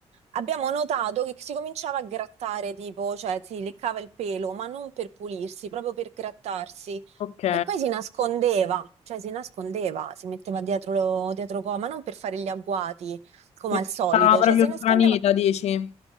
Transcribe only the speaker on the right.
Abbiamo notato che si cominciava a grattare, tipo, cioè si leccava il pelo, ma non per pulirsi, proprio per grattarsi.
E poi si nascondeva, cioè si nascondeva, si metteva dietro, dietro co, ma non per fare gli agguati, come
al solito,
cioè si nascondeva...